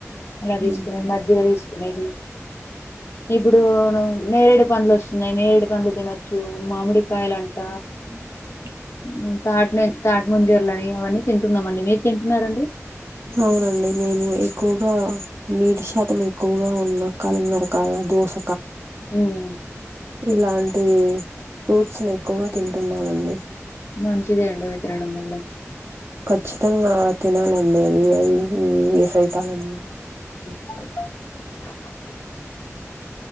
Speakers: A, on the left; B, on the right.
A: అలా
B: హ్మ్.
A: దీసుకునేది మజ్జిగ దీసుకునేది ఇప్పుడును నేరేడు పండ్లు వోస్సున్నాయ్ నేరేడు పండ్లు తినొచ్చు మామిడికాయలంట
B: <inaudible>
A: ఉమ్ తాట్ నున్ తాటిముంజర్లని అవన్నీ తింటున్నామండి మీర్ తింటున్నారండి
B: ఔనండి మేము ఎక్కుగా నీటి శాతం ఎక్కుగా ఉన్న కాలంగ కార్ ఆ దోస
A: ఉమ్
B: ఇలాంటి ఫ్రూట్స్ ని ఎక్కుగా తింటున్నామండి.
A: మంచిదేండ్ అవి తినడం వల్ల
B: ఖచ్చితంగా తినాలండి అవీ అవి ఈవీ వేసవి కాలమ్ లో
A: <inaudible>